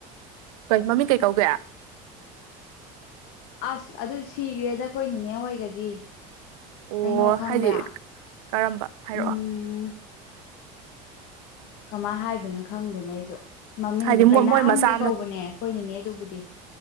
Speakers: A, on the right (about 80°); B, on the left (about 70°).
A: ꯀꯩ ꯃꯃꯤꯡ ꯀꯩ ꯀꯧꯗꯣꯏꯦ
B: ꯑꯁ ꯑꯗꯨ ꯁꯤꯈ꯭ꯔꯦꯗ ꯑꯩꯈꯣꯏ ꯅꯦ ꯍꯣꯏꯒꯗꯤ
A: ꯑꯣ
B: ꯀꯩꯅꯣ ꯈꯪꯕ꯭ꯔꯥ
A: ꯍꯥꯏꯗꯤ ꯀꯔꯝꯕ ꯍꯥꯏꯔꯛꯑꯣ
B: ꯎꯝ ꯀꯃꯥꯏꯅ ꯍꯥꯏꯗꯣꯏꯅꯣ ꯈꯪꯗꯦꯅꯦ ꯑꯩꯁꯨ ꯃꯃꯤꯡꯗꯣ
A: ꯍꯥꯏꯗꯤ
B: ꯀꯩꯅꯥꯍꯟꯕꯤ
A: ꯃꯣꯏ ꯃꯆꯥ
B: ꯀꯧꯕꯅꯦ ꯑꯩꯈꯣꯏꯅꯤꯅꯦ ꯑꯗꯨꯕꯨꯗꯤ